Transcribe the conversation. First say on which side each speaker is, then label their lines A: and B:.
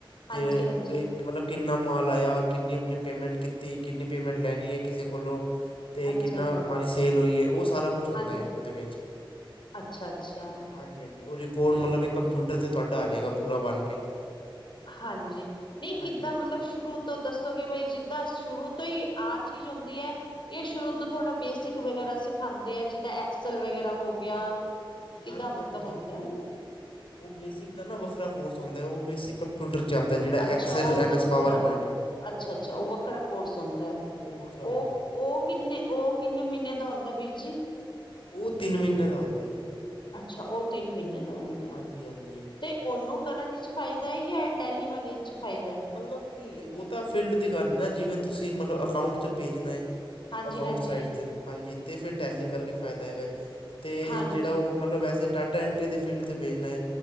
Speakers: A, on the left; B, on the left.
A: ਹਾਂਜੀ-ਹਾਂਜੀ
B: ਤੇ ਕੋਈ ਮਤਲਬ ਕਿੰਨਾ ਮਾਲ ਆਇਆ ਕਿੰਨੀ ਅਪਣੀ ਪੇਮੈਂਟ ਕੀਤੀ ਕਿੰਨੀ ਪੇਮੈਂਟ ਲੈਣੀ ਹੈ ਕਿਸੇ ਕੋਲੋਂ ਤੇ
A: ਅੱਛਾ
B: ਕਿੰਨਾ
A: ਜੀ
B: ਮਾਰੀ ਸੇਲ ਹੋਈ ਏ ਉਹ ਸਾਰਾ ਕੁੱਛ ਹੁੰਦਾ
A: ਹਾਂਜੀ
B: ਏ ਉਹਦੇ ਵਿੱਚ
A: ਅੱਛਾ-ਅੱਛਾ
B: ਹ ਹਾਂਜੀ ਹਾਂਜੀ ਉਹ ਰਿਕੋਰਡ ਮਤਲਬ ਇੱਕ ਕੰਪਿਊਟਰ ਤੇ ਤੁਹਾਡਾ ਆ ਜੇਗਾ ਪੂਰਾ ਬਣ ਕੇ
A: ਹਾਂਜੀ ਨਹੀਂ ਕਿੱਦਾਂ
B: ਹਾਂਜੀ ਹਾਂਜੀ
A: ਮਤਲਬ ਸ਼ੁਰੂ ਤੋਂ ਦੱਸੋਗੇ ਬਈ ਜਿੱਦਾਂ ਸ਼ੁਰੂ ਤੋਂ ਹੀ ਆਹ ਚੀਜ਼ ਹੁੰਦੀ ਹੈ ਯੇ ਸ਼ੁਰੂ ਤੋਂ ਥੋੜ੍ਹਾ ਬੇਸਿਕ ਵਗੈਰਾ ਸਿਖਾਉਂਦੇ ਏ ਜਿੱਦਾਂ ਐਕਸਲ ਵਗੈਰਾ <unintelligible> ਹੋ ਗਿਆ ਕਿੱਦਾਂ
B: ਹਾਂਜੀ
A: ਮਤਲਬ
B: ਹਾਂਜੀ
A: ਹੁੰਦਾ
B: ਉਹ ਉਹ ਬੇਸਿਕ ਦਾ ਨਾ ਵੱਖਰਾ ਕੋਰਸ ਹੋਂਦਾ ਉਹ ਬੇਸਿਕ ਕੰਪਿਊਟਰ ਆਉਂਦਾ ਜਿਹੜਾ
A: ਅੱਛਾ
B: ਐਕਸਲ
A: ਉਹ
B: ਐਮ
A: ਵੱਖਰਾ
B: ਐਸ ਪਾਵਰ ਪੁਆਇੰਟ ਹਾਂਜੀ
A: ਅੱਛਾ ਅੱਛਾ ਉਹ ਵੱਖਰਾ ਕੋਰਸ ਹੋਂਦਾ ਹੈ
B: ਉਹ ਵੱਖਰਾ ਹੁੰਦਾ
A: ਉਹ
B: ਹੈ
A: ਉਹ ਕਿੰਨੇ ਉਹ ਕਿੰਨੇ ਮਹੀਨੇ ਦਾ ਹੁੰਦਾ ਵੀਰ ਜੀ
B: ਉਹ ਤਿੰਨ ਮਹੀਨੇ ਦਾ ਹੋਂਦਾ ਹੈ
A: ਅੱਛਾ ਉਹ ਤਿੰਨ ਮਹੀਨੇ ਦਾ ਹੋਂਦਾ
B: ਹਾਂਜੀ ਹਾਂਜੀ
A: ਤੇ ਉਹਨੂੰ ਕਰਨ ਵਿੱਚ ਫਾਇਦਾ ਹੈ ਤਾਂ ਏਹ ਟੈਲੀ ਵਾਲੇ ਚ ਫਾਇਦਾ
B: ਮਤਲਬ ਕਿ ਉਹ ਤਾਂ ਫੀਲਡ ਦੀ ਗੱਲ ਨਾ ਜਿਵੇਂ ਤੁਸੀਂ ਮਤਲਬ ਅਕਾਊਂਟ ਚ ਭੇਜਣਾ ਹੈ
A: ਹਾਂਜੀ
B: ਅਕਾਊਂਟ
A: ਹਾਂਜੀ
B: ਸਾਈਡ ਤੇ ਹਾਂਜੀ ਤੇ ਫੇਰ ਟੈਲੀ ਕਰਕੇ ਫਾਇਦਾ ਹੈਗਾ ਏ ਤੇ
A: ਹਾਂਜੀ
B: ਜਿਹੜਾ ਉਹ ਮਤਲਬ ਵੈਸੇ ਡਾਟਾ ਐਂਟਰੀ ਦੀ ਫੀਲਡ ਤੇ ਭੇਜਣਾ ਹੈ